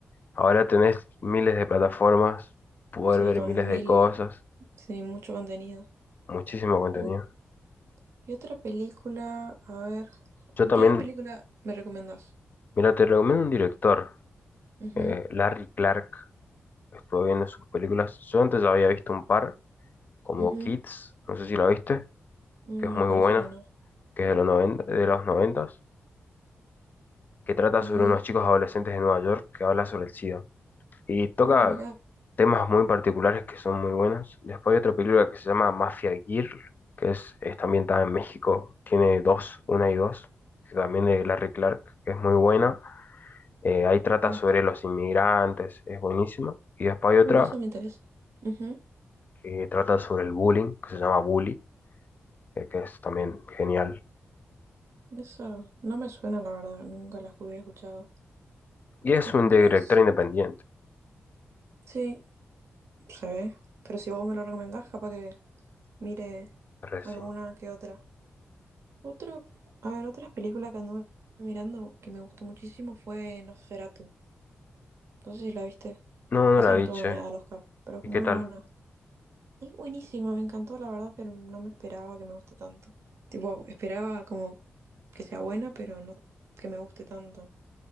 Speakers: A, on the left (about 40°); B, on the right (about 75°).
A: Ahora tenés miles de plataformas, poder
B: sí,
A: ver
B: con
A: miles
B: mil,
A: de cosas,
B: sí, mucho contenido.
A: muchísimo contenido.
B: Y, ot- y otra película, a ver,
A: Yo también,
B: ¿qué película me recomendás?
A: mira, te recomiendo un director,
B: Ujú,
A: eh, Larry Clark. Estuve viendo sus películas. Yo antes había visto un par, como
B: ujú.
A: Kids, no sé si la viste.
B: Mm,
A: que es muy
B: Me parece
A: buena,
B: que no.
A: que es de los 90 de los noventas que trata
B: Y,
A: sobre unos chicos adolescentes de Nueva York que habla sobre el SIDA. Y toca
B: ah, mira,
A: temas muy particulares que son muy buenos. Después hay otra película que se llama Mafia Girl, que es, está ambientada en México, tiene dos, una y dos, que también de Larry Clark, que es muy buena. Eh, ahí trata
B: oh,
A: sobre los inmigrantes, es buenísima. Y después hay otra
B: uh, eso me interesa. Ujú.
A: que trata sobre el bullying, que se llama Bully, eh, que es también genial.
B: Eso no me suena, la verdad, nunca las hubiera escuchado.
A: Y es
B: Después,
A: un director independiente,
B: sí, se ve, pero si vos me lo recomendás, capaz que mire
A: re, sí.
B: alguna que otra. Otro, a ver, otras películas que anduve mirando que me gustó muchísimo fue Nosferatu. No sé si la viste.
A: No, no
B: Esa
A: la vi,
B: no estuvo
A: che.
B: nominada al Oscar, pero es
A: ¿Y
B: muy
A: qué tal?
B: buena. Es buenísima, me encantó, la verdad, pero no me esperaba que me guste tanto. Tipo, esperaba como que sea buena, pero no que me guste tanto.